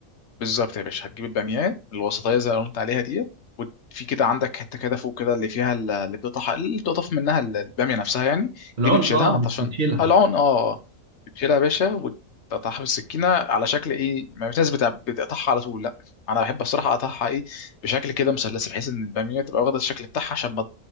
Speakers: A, on the left; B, on the right.
A: بالظبط يا باشا هتجيب الباميه الوسطيه زي اللي قلت عليها ديت وفي كده عندك حته كده فوق كده اللي فيها ال- اللي بتقطع اللي بتقطف منها ال- الباميه نفسها يعني
B: العنق
A: دي بتشيلها
B: اه بت-
A: عشان
B: بتشيلها
A: العون اه بتشيلها يا باشا وتقطعها بالسكينه على شكل ايه ما في ناس بتع- بتقطعها على طول لا انا بحب الصراحه اقطعها ايه بشكل كده مثلث بحيث ان الباميه تبقى واخده الشكل بتاعها عشان ما